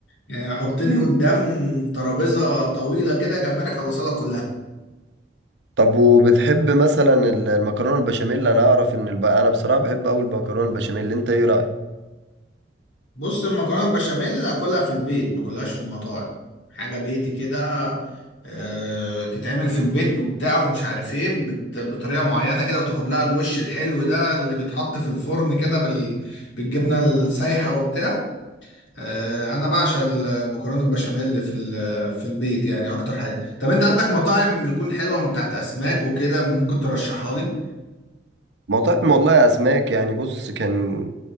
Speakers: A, on the left; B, on the right.
A: يعني حطني قدام ترابيزه طويله كده جمبري اخلصها لك كلها
B: طب وبتحب مثلا ال- المكرونة البشاميل انا اعرف ان الب... انا بصراحة بحب اوي المكرونة البشاميل انت ايه رأيك
A: بص المكرونه البشاميل اكلها في البيت ما كلهاش في مطاعم حاجه بيتي كده آه، تتعمل في البيت وبتاع ومش عارف ايه بت- بطريقه معينه كده وتاخد لها الوش الحلو ده اللي بيتحط في الفرن كده بال- بالجبنه السايحه وبتاع آه، انا بعشق المكرونه البشاميل في ال- في البيت يعني اكتر حاجه طب انت عندك مطاعم يكون حلوه بتاعت اسماك وكده ممكن ترشحها لي
B: مطاعم والله يا اسماك يعني بص كان